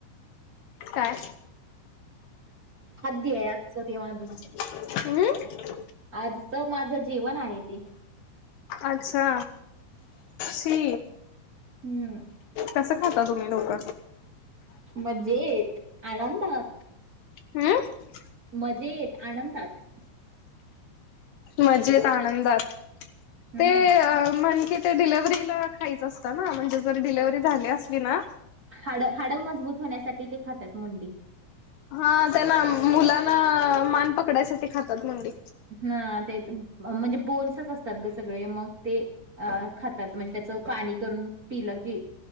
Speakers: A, on the left (about 75°); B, on the right (about 35°).
A: काय?
B: खादय ए आजचं ते माझ.
A: अहं?
B: आजच माझं जेवण आहे ते.
A: अच्छा. सी.
B: हम्म.
A: कसं खाता तुम्ही लोक?
B: मज्जेत. आनंदात.
A: हम्म
B: मजेत आनंदात.
A: मजेत आनंदात.
B: हम्म
A: ते म्हण कि ते डिलेव्हरीला- खायच असतं ना? म्हणजे जर डिलेव्हरी झाली असली ना-
B: हाडं, हाडं मजबूत होण्यासाठी ते खातात मुंडी.
A: हा. त्याला मुलाला मान पकडायसाठी खातात मुंडी.
B: हां. तेच म म्हणजे बोन्सच असतात ग सगळे. मग ते- अ खातात. म्हणजे त्याचं पाणी करून पिलं की-